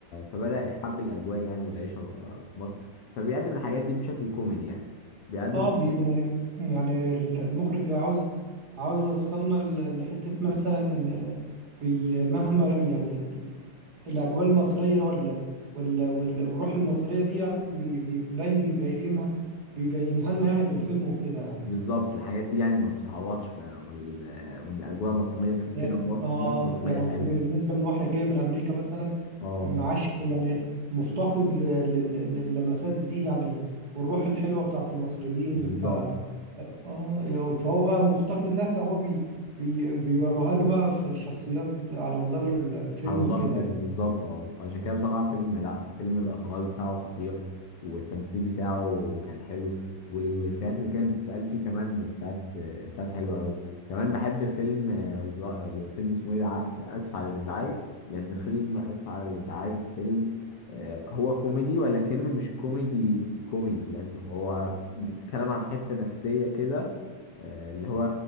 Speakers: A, on the left; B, on the right.
A: فبدأ يحب الأجواء يعني والعيشة في مصر فبيقدم الحاجات دي بشكل كوميدي يعني بيقدم
B: اه بي يعني يعني المخرج عاوز عاوز يوصلنا ل- لحتة مثلا ان بي مهما يعني الاجواء المصرية ولا ولا ولا- والروح المصرية دي يعني بي- بيبين بيبينها بيبينها لنا يعني في الفيلم وكده
A: بالظبط الحاجات دي يعني ما بتتعوضش بقى وال... والأجواء المصرية في كده
B: يا-
A: مواقف
B: اه
A: مصرية
B: يعني
A: حلوة
B: بالنسبه ان واحد جاي من امريكا مثلا
A: اه
B: معاش يعني مفتقد ل- لل- للمسات دي يعني والروح الحلوه بتاعت المصريين
A: بالظبط
B: ف اه فهو بقى مفتقد لها فهو بي بي بيوروها له بقى في الشخصيات على مدار الفيلم
A: على مدار
B: وكده
A: الفيلم بالظبط اه عشان كده بصراحة فيلم لا فيلم الإخراج بتاعه خطير والتمثيل بتاعه كان حلو والإفيهات اللي كانت بتتقال فيه كمان إفيهات إفيهات حلوة أوي كمان بحب فيلم آه، ز- آه، فيلم اسمه إيه ده عس- آسف على الإزعاج لأن فيلم آسف على الإزعاج فيلم آه، هو كوميدي ولكنه مش كوميدي كوميدي لأن هو بيتكلم عن حتة نفسية كده آه، اللي هو